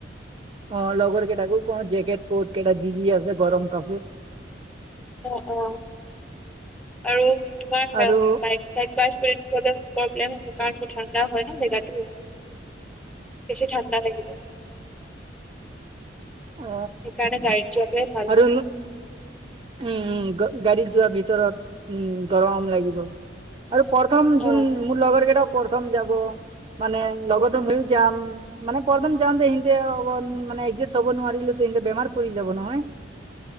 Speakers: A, on the right; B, in the centre.
A: অ, লগৰকেইটাকো কও জেকেট। বহুত কেইটা যি যি আছে গৰম কাপোৰ।
B: অ, অ, আৰু। তোমাৰ
A: আৰু
B: অ বাইক চাইক <unintelligible> প্ৰব্লেম হ'ব কাৰণ প <unintelligible> <unintelligible> হয় ন জেগাটো, বেছি ঠাণ্ডা লাগিব।
A: <inaudible> অ
B: সেইকাৰণে গাড়ীত যোৱাটোৱে ভাল
A: আৰু উম উম গাড়ী। যোৱা ভিতৰত উম গৰম লাগিব আৰু প্ৰথম যোন
B: অ
A: মোৰ লগৰ কেইটা। প্ৰথম যাব। মানে লগত ময়ো যাম মানে প্ৰলণ্টন যাওঁতে। ইহঁতে ইকযাচট চাব নোৱাৰিলে, ইহঁতে বেমাৰ পৰি যাব নহয়।